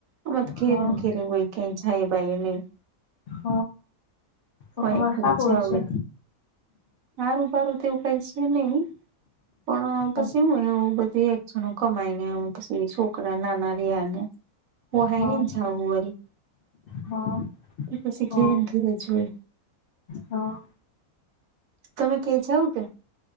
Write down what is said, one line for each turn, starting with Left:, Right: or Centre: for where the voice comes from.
Right: અમે તો ઘેરે
Left: હા
Right: ને ઘેરે હોય- - કઇ જાઈએ બાયયે નહી
Left: હ તો
Right: કોઈ
Left: તમારૅ
Right: ખોરી
Left: હારુ
Right: જાવ
Left: હઇશે
Right: હોય સારું બારું તેવું તો કઈ છે નહી- પણ
Left: હા
Right: પછી હું એવું બધી એકક્ષણો કમાઈ ને પછી છોકરા નાના રિયા ને- --- પોહાય
Left: હા
Right: હય નઈ જાવું વરી
Left: હા
Right: એ પછી ઘેરે
Left: હા
Right: ને ઘેરે જ જોય- -
Left: હા- -
Right: તમે ધેર જાવ કે